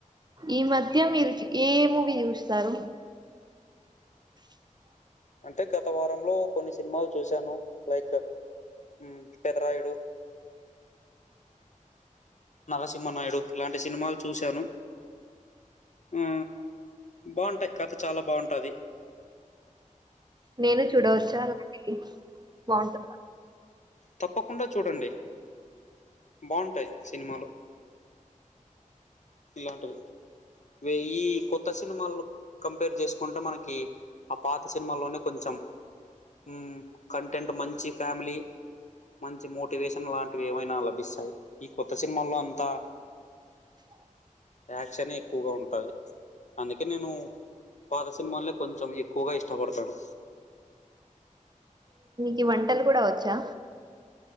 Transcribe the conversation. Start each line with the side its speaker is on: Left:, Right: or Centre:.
Right: ఈ మధ్య మీరు ఏ ఏ మూవీ చూస్తారు <inaudible>
Left: అంటే గత వారంలో కొన్ని సినిమాలు చూశాను లైకు ఉ పెదరాయుడు
Right: <inaudible>
Left: నరసింహనాయుడు ఇలాంటి సినిమాలు చూశాను ఉ బాగుంటాయి కథ చాలా బాగుంటుది
Right: నేను చూడవచ్చా అలానే బాగుంటుందా
Left: తప్పకుండా చూడండి బావుటాయ్ సినిమాలు ఇలాంటివి వెయ్యి కొత్త సినిమాలు కంపేర్ చేసుకుంటే మనకి ఆ పాత సినిమాలోనే కొంచెం ఉ కంటెంట్ మంచి ఫ్యామిలీ మంచి మోటివేషన్ లాంటివి ఏమైనా లభిస్తాయి ఈ కొత్త సినిమాల్లో అంతా
Right: <inaudible>
Left: యాక్షనే ఎక్కువగా ఉంటది అందుకే నేను పాత సినిమాల్లే కొంచెం ఎక్కువగా ఇష్ట పడతాను
Right: ఈ వంటలు కూడా వచ్చా